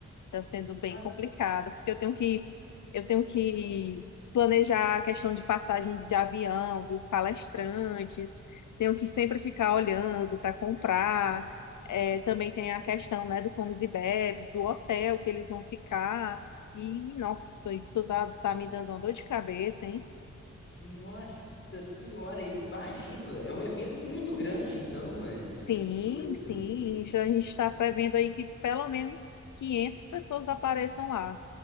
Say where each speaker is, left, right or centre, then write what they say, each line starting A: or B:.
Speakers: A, on the left; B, on the left.
A: Tá sendo bem
B: Ah,
A: complicado, porque eu tenho que, eu tenho que planejar a questão de passagem de avião, dos palestrantes, tenho que sempre ficar olhando para comprar. É, também tem a questão, né, do comes e bebes, do hotel que eles vão ficar. E, nossa, isso dá, tá me dando uma dor de cabeça, hein?
B: nossa senhora, imagino, é um evento muito grande, então, é,
A: Sim,
B: você tá doido.
A: sim. A gente está prevendo aí que pelo menos 500 pessoas apareçam lá.